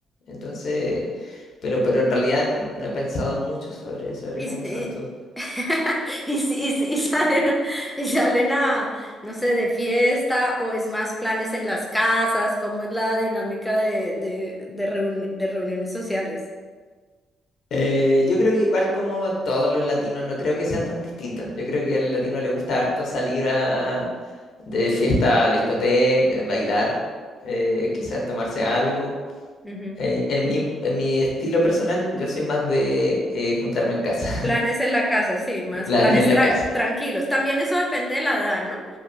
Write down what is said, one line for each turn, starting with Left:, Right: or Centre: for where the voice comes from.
Left: Entonces, pero, pero en realidad no, no he pensado mucho sobre, sobre
Centre: Y,
Left: cómo son
Centre: y,
Left: tus...
Centre: <laughs> y, si- y- si- y salen, a- y salen a, no sé, de fiesta o es más planes en las casas, cómo es la dinámica de, de, de reuni- de reuniones sociales.
Left: Eh, yo creo que igual como todos los latinos, no creo que sean tan distintos. Yo creo que al latino le gusta harto salir a, de fiesta a discoteca, bailar, eh, quizás tomarse algo.
Centre: Ujú.
Left: Eh, en mi, en mi estilo personal, yo soy más de eh, juntarme en casa,
Centre: Planes en la casa, sí,
Left: <laughs>
Centre: más
Left: planes
Centre: planes
Left: en la
Centre: tran-
Left: casa.
Centre: tranquilos. También eso depende de la edad, ¿no?